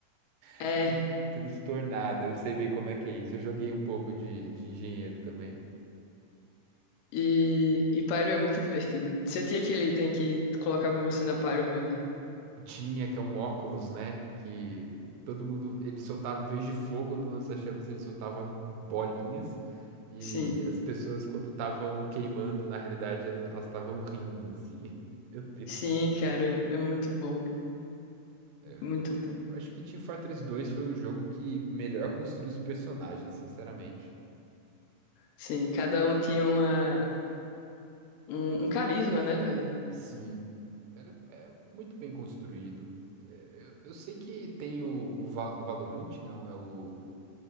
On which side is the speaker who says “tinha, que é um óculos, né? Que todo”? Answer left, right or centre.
Right